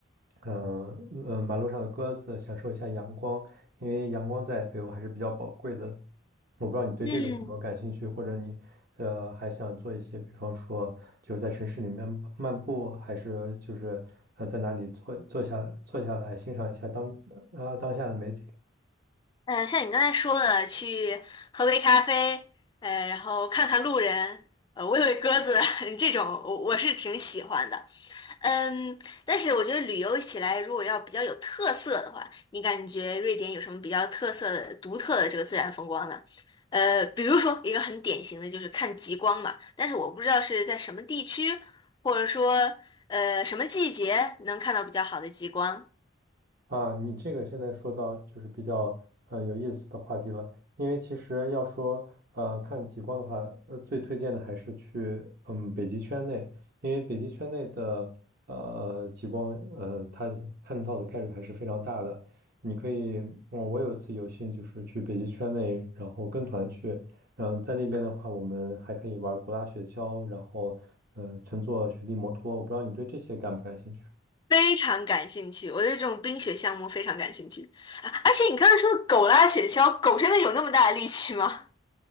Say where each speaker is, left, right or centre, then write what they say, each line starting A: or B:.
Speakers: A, on the right; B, on the left.
A: 嗯、嗯，呃马路上的鸽子，享受一下阳光，因为阳光在北欧还是比较宝贵的。我不知道你对这个有没有感兴趣，
B: 嗯，嗯，
A: 或者你呃还想做一些，比方说就是在城市里面漫步，还是就是呃在哪里坐坐下来坐下来欣赏一下当呃当下的美景。
B: 呃，像你刚才说的，去喝杯咖啡，呃，然后看看路人，呃，喂喂鸽子，<laughs> 这种我我是挺喜欢的。嗯，但是我觉得旅游起来，如果要比较有特色的话，你感觉瑞典有什么比较特色的、独特的这个自然风光呢？呃，比如说一个很典型的就是看极光嘛，但是我不知道是在什么地区，或者说呃什么季节能看到比较好的极光，
A: 啊，你这个现在说到就是比较呃有意思的话题了，因为其实要说呃看极光的话，呃最推荐的还是去嗯北极圈内，因为北极圈内的呃极光，嗯、它看到的概率还是非常大的。你可以，我我有一次有幸就是去北极圈内，然后跟团去，然后在那边的话，我们还可以玩狗拉雪橇，然后嗯、呃乘坐雪地摩托，我不知道你对这些感不感兴趣？
B: 非常感兴趣。我对这种冰雪项目非常感兴趣。啊而且你刚才说的狗拉雪橇，狗真的有那么大的力气吗？